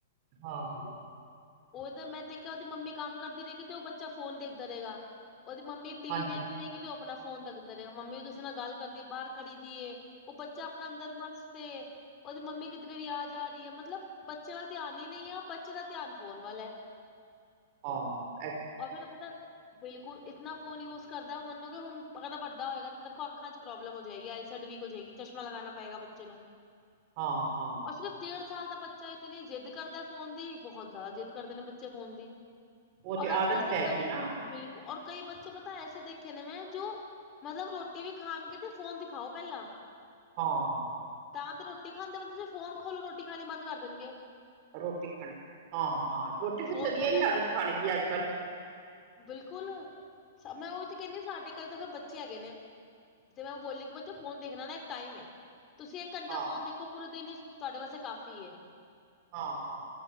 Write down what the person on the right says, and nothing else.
ਹਾਂ
ਹਾਂਜੀ
ਹਾਂ
ਹਾਂ-ਹਾਂ-ਹਾਂ
ਉਹ
ਤੇ
ਆਦਤ
ਪੈ
ਗਈ ਨਾ
ਹਾਂ
ਰੋਟੀ ਖਾਣੀ ਹਾਂ-ਹਾਂ ਛੋਟੇ ਬੱਚੇ
ਦੀ
ਇਹ
ਆਦਤ ਬਣਗੀ ਅੱਜ ਕੱਲ
ਹਾਂ-ਹਾਂ-ਹਾਂ-ਹਾਂ-ਹਾਂ-ਹਾਂ-ਹਾਂ
ਹਾਂ-ਹਾਂ